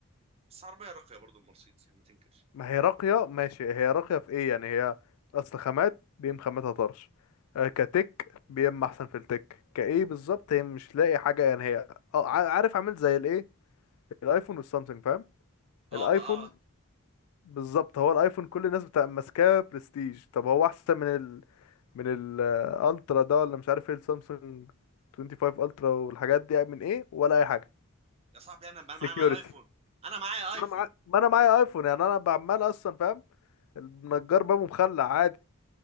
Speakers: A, on the right (about 25°); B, on the left (about 80°).
A: بس عربيه راقيه برضه المرسيدس يعني ما تنكرش
B: ما هي راقية ماشي هي راقية في ايه يعني هي اصل خامات بيم خاماتها طرش آه، كتك بيم احسن في التك كايه بالظبط هي مش لاقي حاجة يعني هي اه ع- عارف عامل زي الايه الايفون والسامسونج فاهم
A: اه
B: الايفون
A: بقى اه
B: بالظبط هو الايفون كل الناس بتبقى ماسكاه برستيج طب هو احسن من ال من الالترا ده ولا مش عارف ايه السامسونج 25 الترا والحاجات دي يعني من ايه ولا اي حاجة
A: يا صاحبي انا انا
B: سكيورتي
A: معايا معايا ايفون انا معايا
B: ما
A: ايفون
B: انا معايا ما انا معايا ايفون يعني انا بعمال اصلا فاهم النجار بابه مخلع عادي